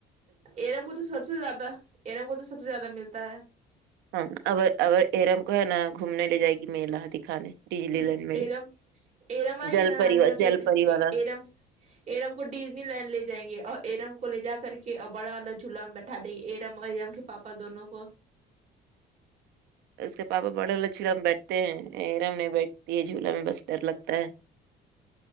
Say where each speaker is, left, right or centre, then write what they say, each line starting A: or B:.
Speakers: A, on the right; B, on the right.
A: ایرم کو تو سب سے زیادہ ایرم کو تو سب سے زیادہ ملتا ہے
B: ہاں اگر اگر ایرم کو ہے نا گھومنے لے جائے گی میلہ دکھانے ڈجلی
A: ہمم
B: لینڈ میلہ
A: ایرم ایرم آئی
B: جل
A: گی نا
B: پری
A: نانی کا
B: جل
A: تو
B: پری والا
A: ایرم ایرم کو ڈیزنی لینڈ لے جائیں گے اور ایرم کو لے جا کر کے اور بڑا والا جلا اٹھا دیں ایرم اور ایرم کے پاپا دونوں کو
B: اس کے پاپا بڑے والے جھولا میں بیٹھتے ہیں ایرام نہیں بیٹھتی ہے جھولا میں بس ڈر لگتا ہے